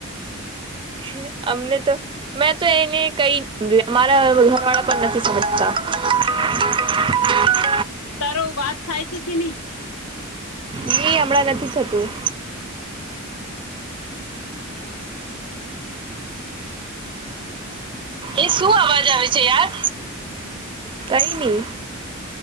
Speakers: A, on the right (about 25°); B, on the left (about 85°).
A: <inaudible> અમને તો મેં તો એને કઈ સમજ અમારા ઘર વાળા પણ નથી સમજતા. <unintelligible>
B: તારો વાત થાય છે કે નહી
A: ની નથી થતું એ શું અવાજ આવે છે? યાર કઈ નહ